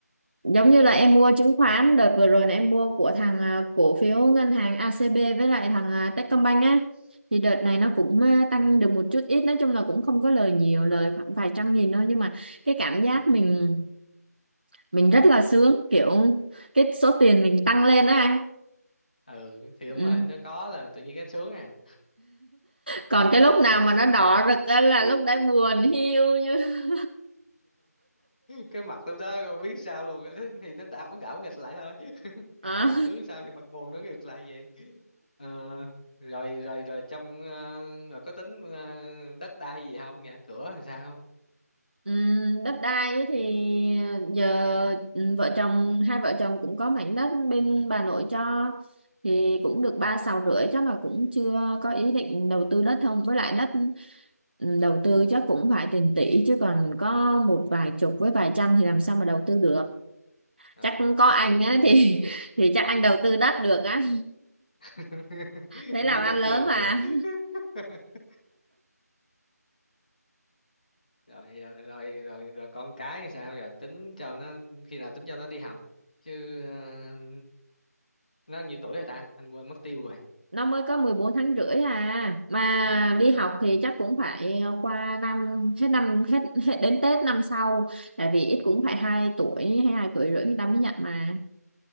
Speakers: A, on the right (about 35°); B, on the left (about 30°).
A: giống như là em mua chứng khoán đợt vừa rồi là em mua của thằng à, cổ phiếu ngân hàng ACB với lại thằng à, Techcombank á thì đợt này nó cũng à, tăng được một chút ít nói chung là cũng không có lời nhiều lời khoảng vài trăm nghìn thôi nhưng mà cái cảm giác
B: Ờ.
A: mình mình rất là sướng kiểu cái số tiền mình tăng lên á anh
B: ừ thì đúng
A: ừ.
B: rồi nó có là tự nhiên cái sướng à
A: còn cái lúc nào mà nó đỏ rực á là
B: <laughs>
A: lúc đấy buồn hiu như
B: cái mặt lúc đó còn biết sao luôn Thế thì nó đảo đảo nghịch lại thôi <laughs>
A: Ờ.
B: mặt sướng sao thì mặt buồn nó ngược lại vậy Ờ, rồi rồi rồi trong ờ, rồi có tính ờ, đất đai gì không nhà cửa làm sao
A: ừ. đất đai ấy thì giờ ừ, vợ chồng hai vợ chồng cũng có mảnh đất bên bà nội cho thì cũng được ba sào rưỡi chắc là cũng chưa có ý định đầu tư đất không với lại đất ừ, đầu tư chắc cũng phải tiền tỷ chứ còn có một vài chục với vài trăm thì làm sao mà đầu tư được
B: Ờ,
A: chắc
B: anh
A: có anh
B: cũng nghĩ
A: á
B: vậy
A: thì thì chắc anh đầu tư đất được á
B: <laughs>
A: thế
B: không
A: làm
B: biết
A: ăn
B: đất
A: lớn
B: gì
A: mà
B: <laughs> rồi à, rồi rồi rồi con cái thì sao giờ tính cho nó khi nào tính cho nó đi học chứ à, nó nhiêu tuổi rồi ta anh quên mất tiêu rồi
A: nó mới có 14 tháng rưỡi à mà đi
B: ờ
A: học thì chắc cũng phải qua năm hết năm hết hết đến Tết năm sau tại vì ít cũng phải 2 tuổi hay hai tuổi rưỡi người ta mới nhận mà